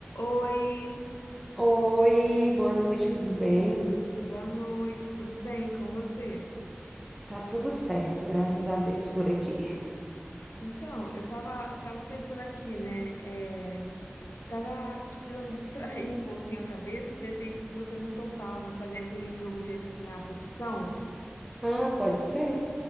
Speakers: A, on the left (about 80°); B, in the centre.
A: Oi,
B: Oi, boa noite, tudo bem?
A: boa noite, tudo bem com você?
B: Tá tudo certo, graças a Deus por aqui.
A: Então, eu tava, tava pensando aqui, né? é, tava precisando <laughs> distrair um pouquinho a cabeça e pensei que se você não topava fazer aquele jogo de adivinhar a profissão,
B: Ah, pode ser?